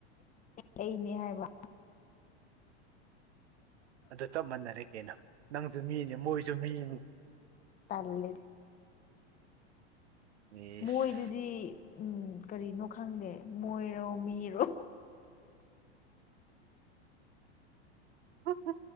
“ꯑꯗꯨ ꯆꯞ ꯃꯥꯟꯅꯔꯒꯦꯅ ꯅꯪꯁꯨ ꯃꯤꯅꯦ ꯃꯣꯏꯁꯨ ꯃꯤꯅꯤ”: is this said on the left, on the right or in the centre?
Right